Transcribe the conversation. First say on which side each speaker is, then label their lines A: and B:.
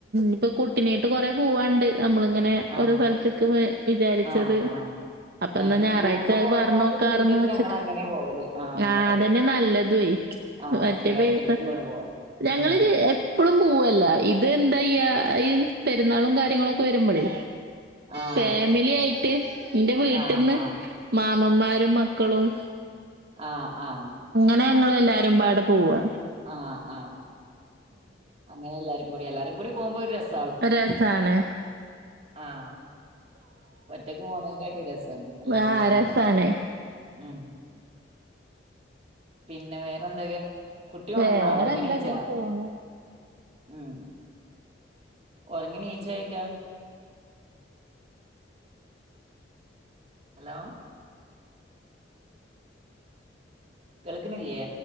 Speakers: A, on the right; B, on the right.
A: ഇപ്പൊ കുട്ടിനീട്ട് കൊറെേ പോവാണ്ട് നമ്മളിങ്ങനെ
B: ആഹ്
A: ഓരോ സ്ഥലത്തേക്ക് വിചാരിച്ചത്
B: ആഹ് ആഹ്.
A: അപ്പന്താ
B: ഞാന്
A: ഞായറാഴ്ച
B: ടൂറ് പോണേക്കാട്ടി
A: പറഞ്ഞ നോക്കാറ്ന്ന്
B: കൂടുതല്
A: വോച്ചിട്ട്
B: ഞങ്ങളങ്ങനെ പോവല്. ആഹ്
A: ആ
B: അതെ.
A: അതന്നെ നല്ലതുേ
B: ആഹ്
A: മറ്റേ
B: സിയാറത്ത്
A: പൈസ
B: ട്രിപ്പാണ് പോവല്.
A: ഞങ്ങള്
B: ഉം.
A: എപ്പഴും പൂവല്ല ഇത് എന്താ ഈ ആ പെരുന്നാളും കാര്യങ്ങളൊക്കെ വരുമ്പോളേ
B: ആഹ്
A: ഫാമിലി
B: അതെ.
A: ആയിട്ട് എന്റെ വീട്ടിൽന്ന്
B: ആഹ് ആഹ്
A: മാമന്മാരും മക്കളും
B: ആ ആ
A: അന്നെ ഞങ്ങൾ എല്ലാരും പാടെ പോവാുക
B: ആ ആ അങ്ങനെ എല്ലാരും എല്ലാരും കൂടി പോക്പോ ഒരു രസ്
A: രസാണ്
B: ആഹ്. ഒറ്റക്ക് പോണേക്കാട്ടി രസാണ് എല്ലാരും
A: ആ
B: കൂടി പോണത്
A: രസാണ്
B: ഉം പിന്നെ വേറെന്തൊക്കെ കുട്ടി ഉണർന്നോ
A: വേറെന്താ
B: ഉറങ്ങീനിച്ചാ
A: ഇങ്ങനെ പോണു
B: ഉം ഉറങ്ങി നീച്ചയക്കാ ഹലോ കൾക്കണില്ലയേ